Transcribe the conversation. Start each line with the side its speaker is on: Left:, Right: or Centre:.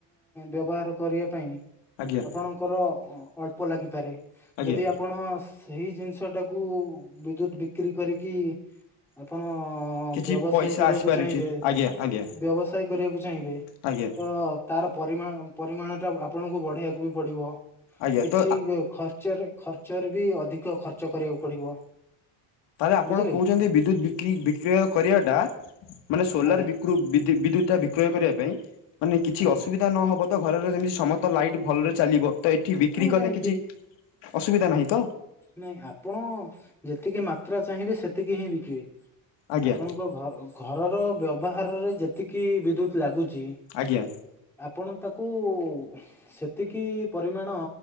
Centre: ବ୍ୟବହାର କରିବା ପାଇଁ,
Left: ଆଜ୍ଞା
Centre: ଆପଣ ର ଅଳ୍ପ ଲାଗିପାରେ,
Left: ଆଜ୍ଞା
Centre: ଯଦି ଆପ ଆପଣ ସେଇ ଜିନିଷ ଟାକୁ ବିଦ୍ୟୁତ ବିକ୍ରି କରିକି ଓ! ଅଁ-ଆଁ ହଁ!
Left: କିଛି
Centre: ବ୍ୟବସାୟ
Left: ପଇସା
Centre: କରିବାକୁ
Left: ଆସିପାରୁଛି
Centre: ଚାହିଁବେ,
Left: ଆଜ୍ଞା ଆଜ୍ଞା
Centre: ବ୍ୟବସାୟ କରିବାକୁ ଚାହିଁବେ
Left: ଆଜ୍ଞା
Centre: ତ ତାର ପରିମା ପରିମାଣ ଟା ଆପଣଙ୍କୁ ବଢେଇିବାକୁ ବି ପଡିବ,
Left: ଆଜ୍ଞା
Centre: କିଛି
Left: ତ
Centre: ଖର୍ଚ୍ଚରେ। ଖର୍ଚ୍ଚରେ ବି ଅଧିକ ଖର୍ଚ୍ଚ କରିବାକୁ ପଡିବ।
Left: ତାହେଲେ, ଆପଣ
Centre: ବୁଝିଲେ।
Left: କହୁଛନ୍ତି ବିଦ୍ୟୁତ୍ ବିକ୍ରି ବିକ୍ରୟ କରିବାଟା ମାନେ ସୋଲାର
Centre: ଆଜ୍ଞା
Left: ବିକ୍ରୁ ବିକ୍ରପ ବିଦ୍ୟୁତା କ୍ରୟ କରିବା ପାଇଁ ମାନେ କିଛି
Centre: ଆଜ୍ଞା
Left: ଅସୁବିଧା ନହବ ତ ଘରେର ଯେମିତି ସମସ୍ତ ଲାଇଟ୍ ଭଲରେ ଚାଲିବ ତ ଏଠି ବିକ୍ରି
Centre: ନାଇଁ
Left: କଲେ
Centre: ନାଇଁ
Left: କିଛି ଅସୁବିଧା ନାହିଁ? ତ
Centre: ନାଇଁ ଆପଣ ଯେତିକି ମାତ୍ରା ଚାହିଁବେ ସେତିକି ହିଁ ବିକିବେ।
Left: ଆଜ୍ଞା
Centre: ଆପଣଙ୍କ ଘ ଘରର ବ୍ୟବହାରରେ ଯେତିକି ବିଦ୍ୟୁତ ଲାଗୁଛି।
Left: ଆଜ୍ଞା।
Centre: ଆପଣ ତାକୁ ସେତିକି ପରିମାଣ